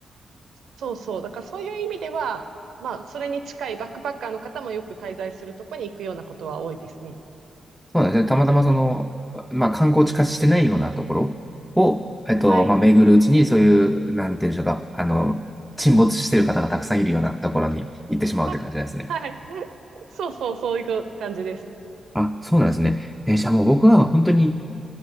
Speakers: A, on the right; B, in the centre.
A: そうそう。だからそういう意味では、まあ、それに近いバックパッカーの方もよく滞在するとこに行くようなことは多いですね。
B: そうなんですね。たまたまその、まあ観光地化してないようなところを、えっと、
A: はい。
B: まあ巡るうちにそういう、なんていうんでしょうか、あの、沈没してる方がたくさんいるようなところに行ってしまうって感じなんですね。
A: <laughs> は、はい。そうそう、そういう感じです。
B: あ、そうなんですね。えーじゃあもう僕は本当に、